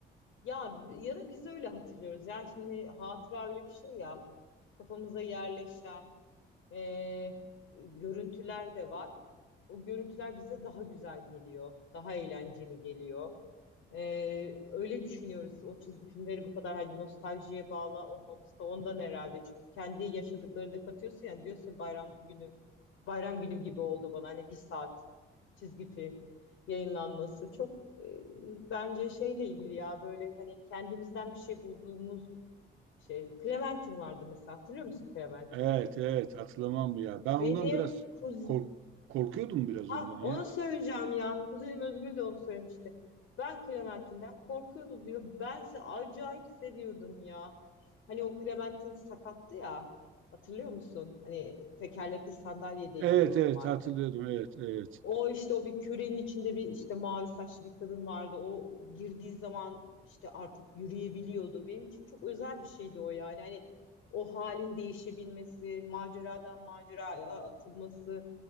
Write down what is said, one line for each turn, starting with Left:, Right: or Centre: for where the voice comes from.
Left: Ya ya da biz öyle hatırlıyoruz. Yani şimdi hatıra öyle bir şey ya. Kafamıza yerleşen e, görüntüler de var. O görüntüler bize daha güzel geliyor. Daha eğlenceli geliyor. Ee, öyle düşünüyoruz. O çizgi filmleri bu kadar hani nostaljiye bağlı olmamız da ondan herhalde. Çünkü kendi yaşadıklarını da katıyorsun yani diyorsun bayram günü bayram günü gibi oldu bana hani bir saat çizgi film yayınlanması çok e, bence şeyle ilgili ya böyle hani kendimizden bir şey bulduğumuz şey. Clementine vardı mesela hatırlıyor musun Clementine'i?
Right: Evet, evet hatırlamam mı ya? Ben ondan
Left: Benim
Right: biraz
Left: kuz
Right: kork korkuyordum biraz
Left: Ha,
Right: ondan
Left: onu
Right: ya.
Left: söyleyeceğim ya. Kuzenim Özgül de onu söylemişti. Ben Clementine'den korkuyordum diyor. Bense acayip seviyordum ya. Hani o Clementine sakattı ya. Hatırlıyor musun? Hani tekerlekli sandalyedeydi
Right: Evet,
Left: normalde.
Right: evet hatırlıyordum. Evet, evet.
Left: O işte o bir kürenin içinde bir işte mavi saçlı bir kadın vardı. O girdiği zaman işte artık yürüyebiliyordu. Benim için çok özel bir şeydi o yani. Hani o halin değişebilmesi, maceradan maceraya atılması.